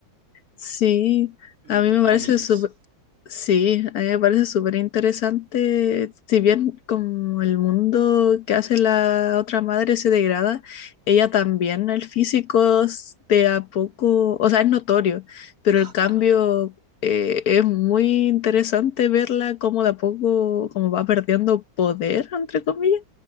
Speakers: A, on the left; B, on the right.
A: Sí,
B: mm,
A: a mí me
B: para
A: parece
B: niños.
A: súper, sí, a mí me parece súper interesante, si bien como el mundo que hace la otra madre se degrada, ella también, el físico s- de a poco, o sea, es notorio, pero
B: Ah,
A: el cambio
B: claro.
A: eh, es muy interesante verla como de a poco, como va perdiendo poder, entre comillas